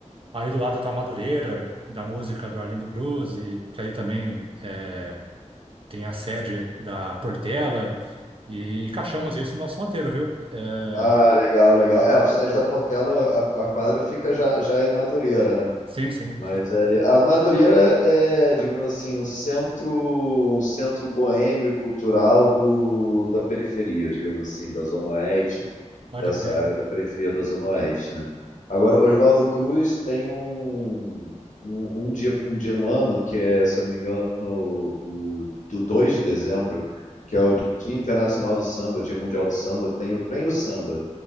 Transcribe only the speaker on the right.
aí do lado tá a Madureira, da música do Arlindo Cruz, e que aí também é, tem a sede da Portela e encaixamos isso no nosso roteiro, viu? É,
sim, sim,
pode
crer.